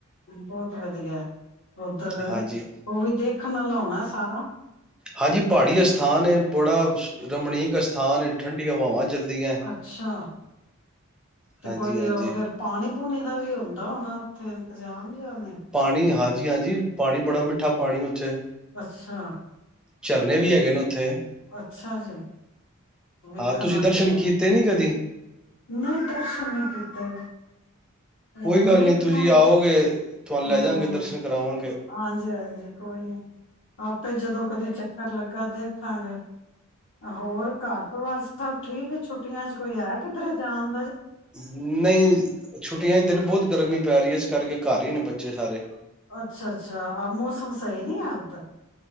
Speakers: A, on the left; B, in the centre.
A: ਬਹੁਤ ਵਧੀਆ ਉੱਧਰ
B: ਹਾਂਜੀ।
A: ਉਹ ਵੀ ਦੇਖ ਅੱਖ ਨਾਲ ਲਾਉਣਾ ਸਾਰਾ
B: ਹਾਂਜੀ ਪਹਾੜੀ ਅਸਥਾਨ ਏ ਬੜਾ ਰਮਣੀਕ ਅਸਥਾਨ ਠੰਢੀਆਂ ਹਵਾਵਾਂ ਚਲਦੀਆਂ।
A: ਅੱਛਾ ਤੇ
B: ਹਾਂਜੀ-ਹਾਂਜੀ,
A: ਕੋਈ ਉਹ ਫਿਰ ਪਾਣੀ ਬੁਣੇ ਦਾ ਵੀ ਹੁੰਦਾ ਹੋਣਾ ਉੱਥੇ ਇੰਤਜ਼ਾਮ ਜਾਂ ਨਹੀਂ
B: ਪਾਣੀ ਹਾਜੀ ਹਾਂਜੀ ਹਾਂਜੀ ਪਾਣੀ ਬੜਾ ਮਿੱਠਾ ਪਾਣੀ ਉੱਥੇ
A: ਅੱਛਾ
B: ਝਰਨੇ ਵੀ ਹੈਗੇ ਨੇ ਉੱਥੇ
A: ਅੱਛਾ ਜੀ ਵੇਖਣ
B: ਹਾਂ ਤੁਸੀਂ
A: ਵਾਲੇ
B: ਦਰਸ਼ਨ
A: ਆ
B: ਕੀਤੇ ਨੀ ਕਦੀ
A: ਨਹੀਂ ਦਰਸ਼ਨ ਨੀ ਕੀਤੇ
B: ਕੋਈ
A: ਉਹਨ
B: ਗੱਲ
A: ਵੇਖਾਂ
B: ਨਹੀਂ ਤੁਸੀਂ ਆਓਗੇ ਤੁਹਾਨੂੰ
A: ਹਾਂ
B: ਲੈ ਜਾਗੇ ਦਰਸ਼ਨ ਕਰਾਵਾਂਗੇ
A: ਹਾਂਜੀ ਹਾਂਜੀ ਕੋਈ ਨੀ ਆਪੇ ਜਦੋਂ ਕਦੇ ਚੱਕਰ ਲੱਗਾ ਦੇ ਹਾਂਜੀ ਹੋਰ ਘਰ ਪਰਿਵਾਰ ਸਬ ਠੀਕ ਛੁੱ ਛੁੱਟੀਆਂ ਕੋਈ ਹੈ ਕਿੱਧਰ ਰਾਮ
B: ਨਹੀਂ ਛੁੱਟੀਆਂ ਚ ਦਿਨ ਬਹੁਤ ਗਰਮੀ ਪੈ ਰਹੀ ਹੈ ਇਸ ਕਰਕੇ ਘਰ ਹੀ ਨੇ ਬੱਚੇ ਸਾਰੇ
A: ਅੱਛਾ ਅੱਛਾ ਮੌਸਮ ਪਏ ਨਹੀਂ ਹੈ ਅਬ ਤਕ